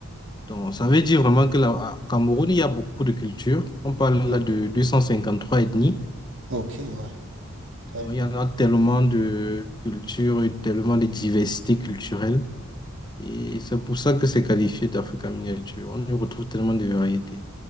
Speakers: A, on the left; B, on the right.
A: Donc, ça veut dire vraiment que là, au Cameroun, il y a beaucoup de cultures. On parle
B: Ok.
A: là de 253 ethnies.
B: Ok, ouais. Quand
A: Donc, il y en a tellement de cultures et tellement de diversité culturelle. Et c'est pour ça que c'est qualifié d'Afrique miniature. On y retrouve tellement de variétés.